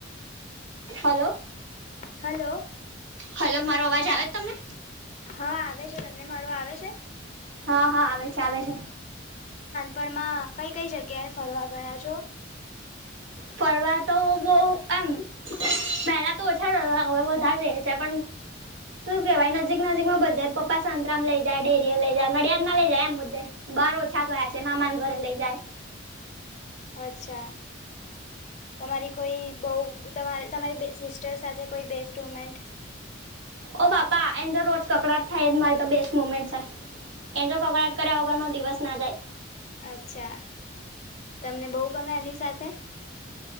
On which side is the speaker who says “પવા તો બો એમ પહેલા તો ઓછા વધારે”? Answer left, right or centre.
Right